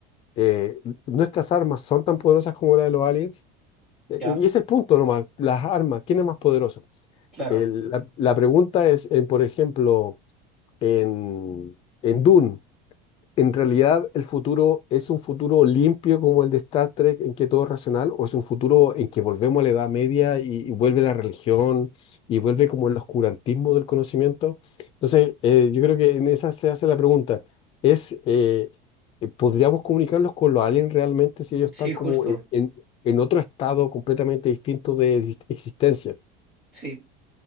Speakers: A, on the left; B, in the centre.
A: eh, nuestras armas son tan poderosas como la de los aliens. Eh,
B: ya,
A: eh, y ese es el punto nomás, las armas, ¿quién es más poderoso?
B: claro.
A: El- la, la pregunta es, en, por ejemplo, en, en Dune en realidad el futuro es un futuro limpio como el de Star Trek, en que todo es racional, o es un futuro en que volvemos a la Edad Media y, y vuelve la religión y vuelve como el oscurantismo del conocimiento. Entonces, eh, yo creo que en esa se hace la pregunta, es, eh, eh, ¿podríamos comunicarnos con los aliens realmente si ellos
B: Sí,
A: están como
B: justo,
A: en, en- en otro estado completamente distinto de exist- existencia?
B: sí.